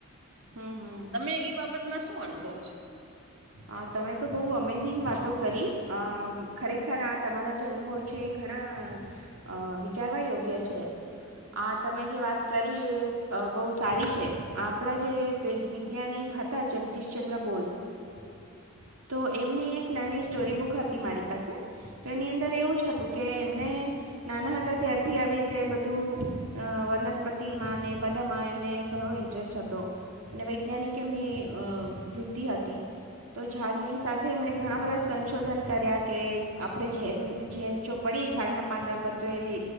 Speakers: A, on the right; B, on the right.
A: <inaudible>
B: હમ હમ
A: તમે ઈ બાબતમાં શું અનુ બૌ છે
B: આ તમે તો બૌઉ અમેઝિંગ વાતો કરી અમ ખરેખર આ તમારા જે અનુભવ છે એ ઘણા અ વિચારવા યોગ્ય છે આ તમે જે વાત કરી એ અ બૌ સારી છે આપડા જે વેગ-વિજ્ઞાનિક હતા જગદીશ ચંદ્ર બોઝ <inaudible> તો એમની એક નાની સ્ટોરી બુક હતી મારી પાસે તો એની અંદર એવું જ હતું કે એમને નાના હતા ત્યારથી આવી રીતે બધું અ વનસ્પતિમાં ને બધામાં એમને ઘણો ઇન્ટરેસ્ટ હતો અને વૈજ્ઞાનિક એમની અ વૃત્તિ હતી. તો ઝાડની સાથે એમને ઘણા બધા સંશોધન કર્યા કે આપણે ઝેર ઝેર જો પડી ઝાડના પાંદડા પર તો એને